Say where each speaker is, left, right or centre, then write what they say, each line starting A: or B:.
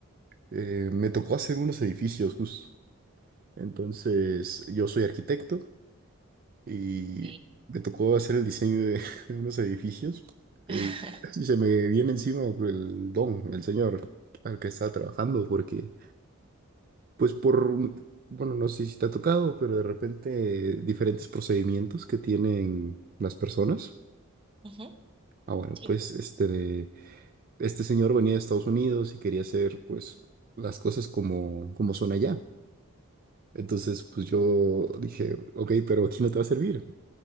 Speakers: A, on the right; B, on the right.
A: Eh, me tocó hacer unos edificios, justo. Entonces, yo soy arquitecto y
B: Ok.
A: me tocó hacer el diseño de, <laughs> de unos edificios
B: <laughs>
A: y casi se me viene encima el don, el señor al que estaba trabajando, porque pues por, un- bueno, no sé si te ha tocado, pero de repente diferentes procedimientos que tienen las personas.
B: Ujú,
A: Ah, bueno,
B: Sí.
A: pues este de, este señor venía de Estados Unidos y quería hacer pues las cosas como, como son allá. Entonces, pues yo dije, ok, pero aquí no te va a servir.